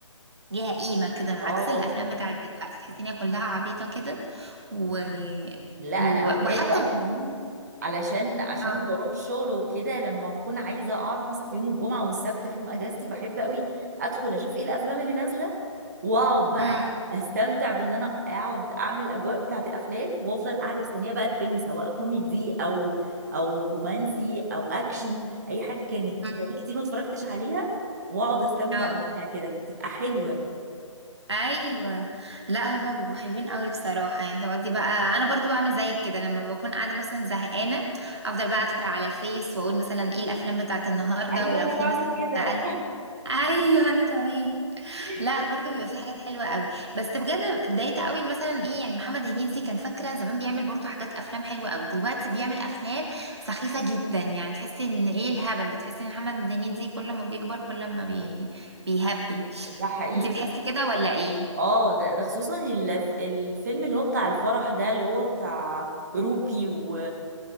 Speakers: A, on the right; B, on the right.
A: ليها قيمه كده عكس
B: اه
A: الافلام بتاعت دلوقتي تحسي ان هي كلها عبيطه كده و...
B: لا انا
A: و-
B: اوقات
A: وحتى
B: بقى كمان علشان عشان
A: اه
B: بروح الشغل وكده لما اكون عايزه اعرف مثلا في يوم الجمعه والسبت في يوم اجازتي بحب قوي ادخل اشوف ايه الافلام اللي نازله واقعد بقى
A: امم
B: استمتع بان انا اقعد اعمل الاجواء بتاعه الافلام وافضل قاعده مستنيه بقى الفيلم سواء كوميدي او او رومانسي او اكشن اي حاجه كانت
A: امم
B: بقالي كتير ما اتفرجتش عليها واقعد استمتع
A: اه
B: بيها كده فبتبقى حلوه
A: ايوه لا هما بيبقوا حلوين قوي بصراحه يعني تقعدي بقى انا برضو بعمل زيك كده لما بكون قاعده مثلا زهقانه افضل بقى ادخل على الفيس واقول مثلا ايه الافلام بتاعت النهارده
B: ايوه
A: ولو
B: انا
A: في
B: بعمل
A: مثلا
B: كده
A: بقى ايوه انا كمان
B: <laughs>
A: لا برضه بيبقى في حاجات حلوه قوي بس بجد اتضايقت قوي إن مثلا ايه يعني محمد هنيدي كان فاكره زمان بيعمل برضه حاجات افلام حلوه قوي دلوقتي بيعمل افلام سخيفه جدا يعني تحسي ان ايه الهبل تحسي ان محمد هنيدي كل ما بيكبر كل ما بي... بيهبل
B: ده حقيقي
A: انت بتحسي كده ولا ايه
B: اه ده ده خصوصا الف... الفيلم اللي هو بتاع الفرح ده اللي هو بتاع روبي و...